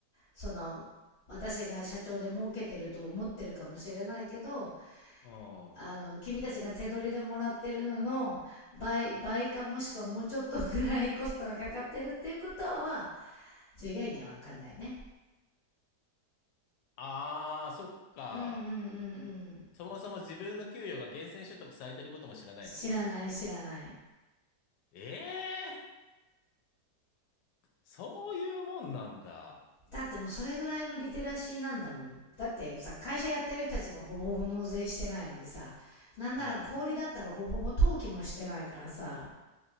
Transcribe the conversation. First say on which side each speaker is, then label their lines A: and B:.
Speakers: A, on the left; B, on the left.
A: その私が社長で儲けてると思ってるかもしれないけど
B: うん。
A: あの君たちが手取りでもらってるのの倍倍かもしくはもうちょっとぐらいコストがかかってるっていうことは従業員には分かんないね
B: あー、そっか。
A: うんうんうんうん
B: そもそも自分の給与が源泉所得されてることも知らないの、
A: 知らない知らない
B: もしかして。ええー、そういうもんなんだ。
A: だってもうそれぐらいのリテラシーなんだもんだってさ会社やってる人たちがほぼほぼ納税してないのにさなんなら小氷だったらほぼほぼ登記もしてないからさ
B: うん。